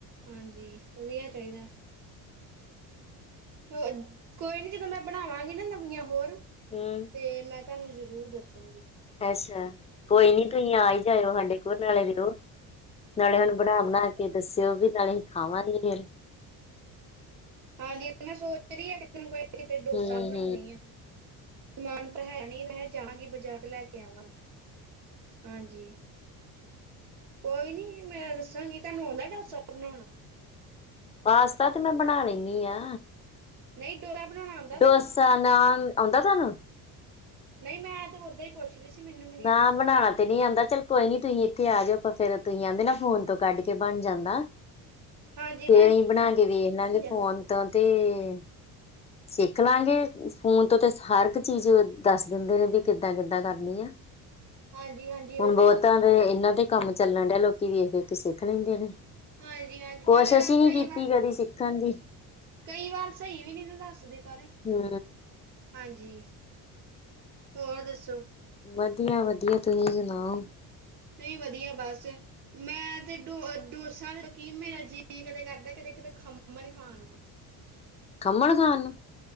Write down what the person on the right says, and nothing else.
ਹਾਂਜੀ, ਵਧੀਆ ਚਾਹੀਦਾ ਏ। ਹੋਰ ਕੋਈ ਨੀ ਜਦੋਂ ਮੈਂ ਬਣਾਵਾਂਗੀ ਨਾ ਨਵੀਆਂ ਹੋਰ,
ਤੇ ਮੈਂ ਤੁਹਾਨੂੰ ਜ਼ਰੂਰ ਦੱਸੂਂਗੀ।
ਹਾਂਜੀ, ਮੈਂ ਸੋਚ ਰਹੀ ਹਾਂ ਕਿ ਇਕ ਦਿਨ ਕੋਈ ਕਿਤੇ ਡੋਸਾ
ਬਣਾਉਦੀ ਆ। ਸਮਾਨ ਪਰ ਹੈ ਨਹੀ, ਮੈਂ ਜਾਵਾਂਗੀ ਬਾਜਾਰ ਤੇ ਲੈ ਕੇ ਆਵਾਂਗੀ। ਹਾਂਜੀ ਕੋਈ ਨੀ ਮੈਂ ਦੱਸਾਂਗੀ ਤੁਹਾਨੂੰ ਆਉਂਦਾ ਡੋਸਾ ਬਣਾੳਣਾ।
ਨਹੀਂ ਡੋਰਾ ਬਣਾਉਣਾ ਆਉਂਦਾ ਤੁਹਾਨੂੰ
ਨਹੀਂ ਮੈਂ ਤੇ ਓਦਾਂ ਹੀ ਪੁੱਛ ਰਹੀ ਸੀ ਮੈਨੂੰ ਵੀ ਨਹੀਂ
ਆਉਂਦਾ
ਹਾਂਜੀ
ਬਣ
ਜਾਂਦਾ
ਹਾਂਜੀ ਹਾਂਜੀ ਉਹ
ਤਾਂ
ਹੈਗਾ
ਹਾਂਜੀ ਹਾਂਜੀ
ਪਰ
ਕਈ
ਵਾਰ
ਕਈ ਵਾਰ ਸਹੀ ਵੀ ਨਹੀਂ ਦੱਸਦੇ ਪਰ
ਹਾਂਜੀ। ਹੋਰ ਦੱਸੋ?
ਨਹੀਂ ਵਧੀਆ ਬਸ ਮੈਂ ਤੇ ਡੋ ਡੋਸਾ ਕੀ ਮੇਰਾ ਜੀਅ ਕਦੇ ਕਰਦਾ ਕਦੇ ਕਿਤੇ ਖੰਮਨ ਖਾਣ ਨੂੰ।